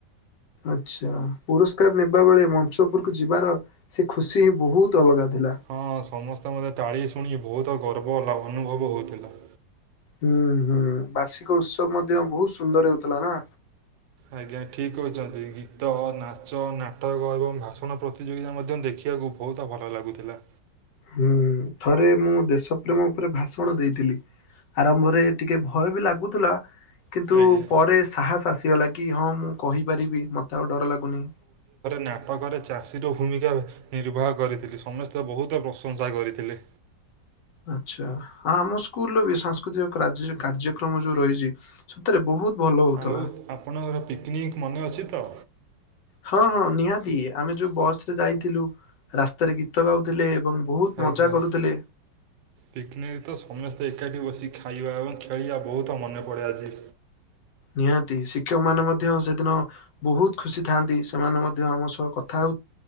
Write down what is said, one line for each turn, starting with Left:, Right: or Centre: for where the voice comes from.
Left: ଆଚ୍ଛା ପୁରସ୍କାର ନେବା ବେଳେ ମଞ୍ଚପୁରକୁ ଯିବାର ସେ ଖୁସି ହିଁ ବହୁତ ଅଲଗା। ଥିଲା।
Right: ହଁ ସମସ୍ତେ ମତେ ତାଳି ଶୁଣି ବହୁତ ଗର୍ବଲା ଅନୁଭବ ହଉଥିଲା।
Left: ହୁଁ ହୁଁ ବାର୍ଷିକ ଉତ୍ସବ ମଧ୍ୟ ବହୁତ ସୁନ୍ଦର ହଉଥିଲା ନା।
Right: ଆଜ୍ଞା ଠିକ କହୁଛନ୍ତି ଗୀତ ନାଚ ନାଟକ ଏବଂ ଭାଷଣ ପ୍ରତିଯୋଗିତା ମଧ୍ୟ ଦେଖି। ଦେଖିବାକୁ ବହୁତ ଭଲ ଲାଗୁଥିଲା।
Left: ହୁଁ ଥରେ ମୁଁ ଦେଶ ପ୍ରେମ ଉପରେ ଭାଷଣ ଦେଇଥିଲି। ଆରମ୍ଭରେ ଟିକେ ଭୟ ବି ଲାଗୁଥିଲା। କିନ୍ତୁ
Right: ଆଜ୍ଞା
Left: ପରେ ସାହସ ଆସିଗଲା କି ହଁ ମୁଁ କହିପାରିବି ମତେ ଆଉ ଡର ଲାଗୁନି।
Right: ନା ପାକରେ ଚାଷୀର ଭୂମିକା। ନିର୍ବାହ କରିଥିଲି ସମସ୍ତେ ବହୁତ ପ୍ରଶଂସା କରିଥିଲେ।
Left: ଆଛା ଆମ ସ୍କୁଲର ବି ସାଂସ୍କୃତିକ କାର୍ଯ୍ୟକ୍ରମ ଯୋଉ ରହିଛି ସେଥିରେ ବହୁତ ଭଲ ହଉଥିଲା
Right: ଆଉ ଆପଣଙ୍କର ପିକନିକ ମନେ ଅଛି ତ।
Left: ହଁ ହଁ ନିହାତି ଆମେ ଯୋଉ ବସ ରେ ଯାଇଥିଲୁ ରାସ୍ତାରେ ଗୀତ ଗାଉଥିଲେ ଏବଂ ବହୁତ
Right: ଆଜ୍ଞା
Left: ମଜା କରୁଥିଲେ
Right: ପିକନିକରେ ତ ସମସ୍ତେ ଏକାଠି ବସି ଖାଇବା ଏବଂ ଖେଳିବା ବହୁତ ମନେ ପଡ଼େ ଆଜି
Left: ନିହାତି ଶିକ୍ଷକ ମାନେ ମଧ୍ୟ ସେଦିନ ବହୁତ ଖୁସି ଥାଆନ୍ତି ସେମାନେ ମଧ୍ୟ ଆମ ସହ କଥା